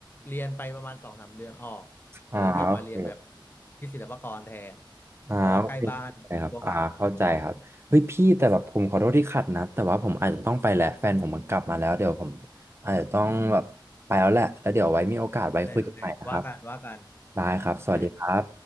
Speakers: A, on the left; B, on the right.
A: เรียนไปประมาณสองสามเดือนออกเออกลับมาเรียนแบบ
B: อ่าโอเค
A: ที่ศิลปากรแทน
B: อ่าโอเคนะครับอ่าเข้าใจครับเฮ้ยพี่แต่แบบผมขอโทษที่ขัดนะแต่ว่าผมอาจจะต้องไปแหละแฟนผมมันกลับมาแล้วเดี๋ยวผม
A: เพราะว่าใกล้บ้านกลัวเหงา
B: อาจจะต้องแบบไปแล้วแหละแล้วเดี๋ยวไว้มีโอกาสไว้คุยกันใหม่นะครับ
A: โอเคโอเคว่ากันว่ากัน
B: ได้ครับสวัสดีครับ
A: โอเค